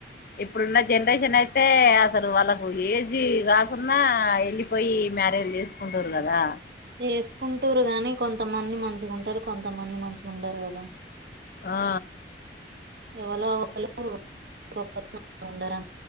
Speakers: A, on the left (about 50°); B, on the right (about 65°).
A: ఇప్పుడున్న జనరేషన్ అయితే అసలు వాళ్ళకు ఏజ్ కాకుండా వెళ్ళిపోయి మ్యరేజ చేసుకుంటారు కదా
B: చేసుకుంటూరు గాని కొంతమంది మంచిగా ఉంటారు కొంతమంది మంచిగా ఉండారు కదా
A: ఆ
B: ఎవలో ఒక్కలు ఒక్క ఉండ